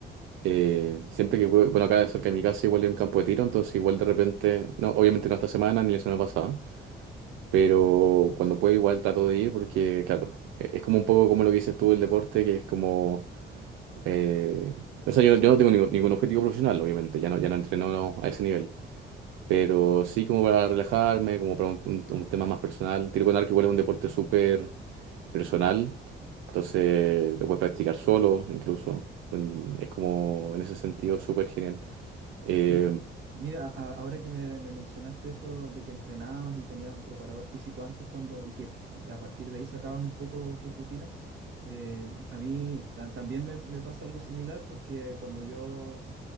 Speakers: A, on the right; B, on the right.
A: eh, siempre que, puedo- bueno, acá cerca de mi casa igual hay un campo de tiro, entonces igual de repente, no, obviamente no esta semana ni la semana pasada, pero cuando puedo igual trato de ir porque, claro, e- es como un poco como lo que dices tú del deporte, que es como Eh, o sea, yo, no, yo no tengo ningún, ningún objetivo profesional, obviamente, ya no, ya no entreno a ese nivel, pero sí como para relajarme, como para un, un- un tema más personal. Tiro con arco igual es un deporte súper personal, entonces lo puedes practicar solo incluso. En- Es como en ese sentido súper genial. Eh,
B: Y, y mira, a- ahora que me, me mencionaste eso de que entrenabas y tenías un preparador físico antes cuando, y que a partir de ahí sacabas un poco tu rutina, eh, a mí ta- también me, me pasa algo similar porque cuando yo